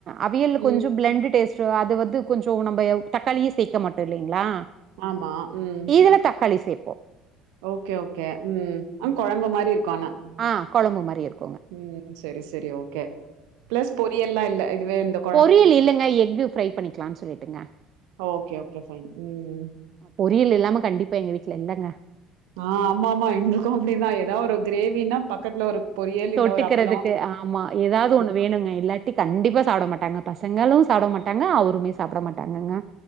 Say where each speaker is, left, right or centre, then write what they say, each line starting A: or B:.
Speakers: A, on the right (about 40°); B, on the right (about 60°).
A: அவியல்
B: ம்.
A: கொஞ்சம் பிளண்ட் டேஸ்ட் அது வந்து கொஞ்சம் நம்ம தக்காளியே சேர்க்க மாட்டோம் இல்லைங்களா
B: ஆமா உம்
A: இதுல தக்காளி சேப்போ
B: ஓகே ஓகே உம் அ குழம்பு மாதிரி இருக்கு கண
A: ஆஹ் குழம்பு மாதிரி இருக்கும்
B: உம் சரி சரி சரி ஓகே ப்ளஸ் பொரியல் எல்லாம் இல்லே இதுவேண்டும்
A: பொறியல் இல்லேங்க எக்கு ஃப்ரை பண்ணிக்கலாம்ன்னு சொல்லிட்டுங்க
B: ஓகே ஓகே ஃபைன் ம்.
A: பொரியல் இல்லாம கண்டிப்பா எங்க வீட்டுல இல்லங்க
B: ஆஹ் ஆமா ஆமா எங்களுக்கும் அப்படிதான் ஏதாவது ஒரு கிரேவினா பக்கத்துல ஒரு பொரியல் இல்ல
A: தொட்டுக்கிறதுக்கு
B: ஒரு அப்பளம்
A: ஆமா ஏதாவது ஒண்ணு வேணுங்க இல்லாட்டி கண்டிப்பா சாப்ட மாட்டாங்க பசங்களும் சாப்ட மாட்டாங்க அவருமே சாப்ட மாட்டாங்கங்க
B: ம்